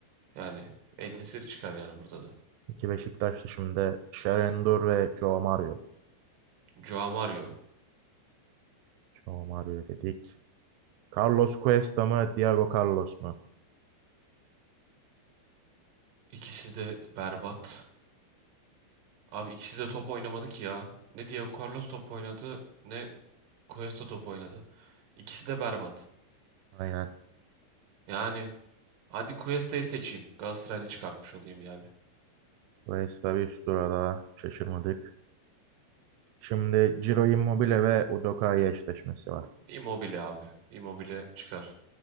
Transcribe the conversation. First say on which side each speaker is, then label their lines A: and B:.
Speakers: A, on the right; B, on the right.
A: Yani El Nesir çıkar yani burada da.
B: İki Beşiktaşlı şimdi Sherendor ve Joe Mario.
A: Joao Mario.
B: Joe Mario dedik. Carlos Cuesta mı, Diego Carlos mu?
A: İkisi de berbat. Abi ikisi de top oynamadı ki ya. Ne Diego Carlos top oynadı ne Cuesta top oynadı. İkisi de berbat.
B: Aynen.
A: Yani Hadi Cuesta'yı seçeyim. Galatasaraylı çıkartmış olayım yani.
B: Cuesta bir üst tura daha şaşırmadık. Şimdi Ciro Immobile ve Udoka'yı eşleşmesi var.
A: Immobile abi. Immobile çıkar.